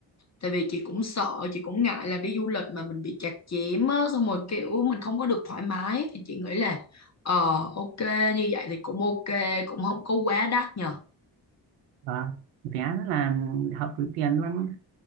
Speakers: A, on the left (about 30°); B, on the right (about 80°).
A: tại vì chị cũng sợ, chị cũng ngại là đi du lịch mà mình bị chặt chém á, xong rồi kiểu mình không có được thoải mái thì chị nghĩ là ờ ok như vậy thì cũng ok, cũng không có quá đắt nhờ.
B: và vé rất là hợp túi tiền luôn